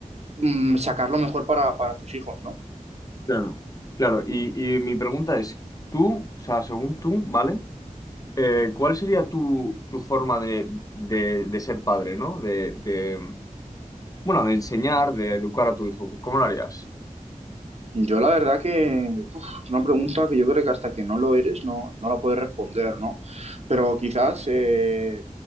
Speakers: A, on the right (about 55°); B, on the left (about 25°).
A: mm, sacar lo mejor para, para tus hijos, ¿no?
B: Claro. Claro, y, y mi pregunta es, tú, o sea, según tú, ¿vale? Eh, ¿cuál sería tu, tu forma de, de, de ser padre, ¿no? De, de, bueno, de enseñar, de educar a tu hijo. ¿Cómo lo harías?
A: Yo la verdad que uf, es una pregunta que yo creo que hasta que no lo eres no, no la puedes responder, ¿no? Pero quizás eh,